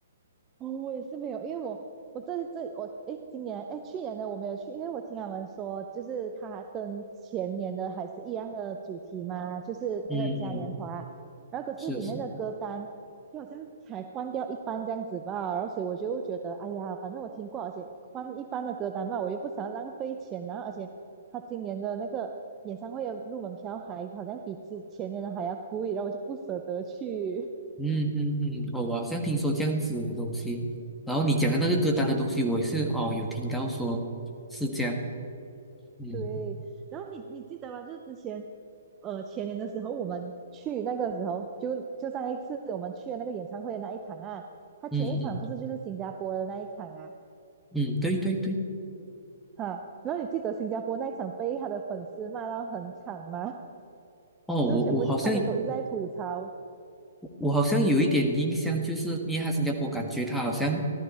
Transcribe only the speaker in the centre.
嗯嗯，
是是。
嗯嗯嗯，哦，我好像听说这样子的东西，然后你讲的那个歌单的东西，我也是哦有听到说是这样，嗯
嗯嗯嗯，对对对，
哦，
我我好像我好像有一点印象，就是因为他新加坡感觉他好像